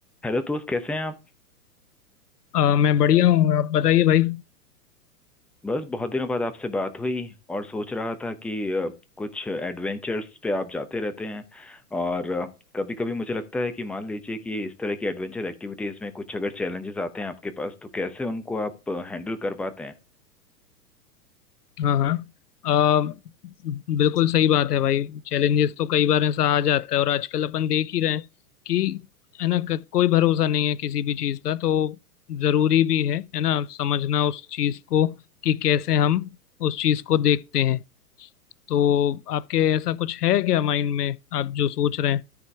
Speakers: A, in the centre; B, on the left.
A: Hello दोस्त कैसे हैं आप
B: अ, मैं बढ़िया हूँ आप बताइए भाई
A: बस बहुत दिनों बाद आपसे बात हुई और सोच रहा था कि अ, कुछ एडवेंचर्स पे आप जाते रहते हैं और कभी कभी मुझे लगता है कि मान लीजिए कि इस तरह की एडवेंचर एक्टिविटीज में कुछ अगर चैलेंजेस आते हैं आपके पास तो कैसे उनको आप हैंडल कर पाते हैं
B: हाँ हाँ अ, बिल्कुल सही बात है भाई चैलेंजेस तो कई बार ऐसा आ जाता है और आजकल अपन देख ही रहे हैं कि है ना क- कोई भरोसा नहीं है किसी भी चीज़ का तो ज़रूरी भी है है ना समझना उस चीज़ को कि कैसे हम उस चीज़ को देखते हैं तो आपके ऐसा कुछ है क्या माइंड में आप जो सोच रहे